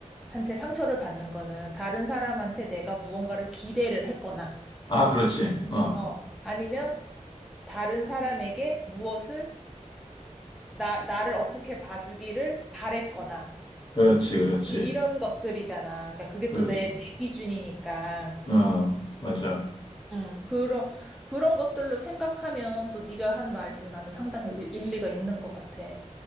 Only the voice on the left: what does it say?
아, 그렇지, 어.
그렇지, 그렇지,
그렇지,
어. 맞아.